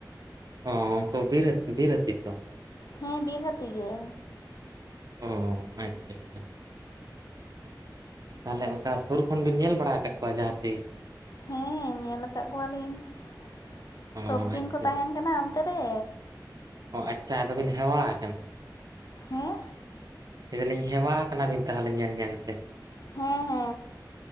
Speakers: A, on the right (about 55°); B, on the left (about 55°).
A: ᱚ ᱩᱱᱠᱩ ᱵᱤᱨ ᱦᱟᱛᱤ ᱵᱤᱨ ᱦᱟᱛᱤ ᱛᱚ
B: ᱦᱮᱸ ᱵᱤᱨ ᱜᱟᱛᱤ ᱜᱮ
A: ᱚ ᱟᱪᱪᱷᱟ ᱟᱪᱪᱷᱟ ᱛᱟᱦᱚᱞᱮ ᱚᱱᱠᱟ ᱥᱩᱨ ᱠᱷᱚᱱ ᱵᱤᱱ ᱧᱮᱞ ᱵᱟᱲᱟ ᱟᱠᱟᱫ ᱠᱚᱣᱟ ᱡᱟᱦᱟᱸ ᱛᱤᱥ
B: ᱦᱮᱸ ᱧᱮᱞ ᱟᱠᱟᱫ ᱠᱚᱣᱟᱞᱤᱧ <inaudible>
A: ᱚ
B: ᱥᱚᱵᱫᱤᱱ
A: ᱟᱪᱪᱷᱟ
B: ᱠᱚ ᱛᱟᱦᱮᱱ
A: ᱟᱪᱪᱷᱟ
B: ᱠᱟᱱᱟ ᱚᱱᱛᱮ ᱨᱮ
A: ᱚ ᱟᱪᱪᱷᱟ ᱟᱫᱚ ᱵᱤᱱ ᱦᱮᱣᱟ ᱟᱠᱟᱱᱟ
B: ᱦᱮᱸ
A: ᱞᱟᱹᱭᱮᱫᱟᱞᱤᱧ ᱦᱮᱣᱟ ᱠᱟᱱᱟᱵᱤᱱ ᱛᱟᱦᱚᱞᱮ ᱧᱮᱞ ᱧᱮᱞ ᱛᱮ
B: ᱦᱮᱸ ᱦᱮᱸ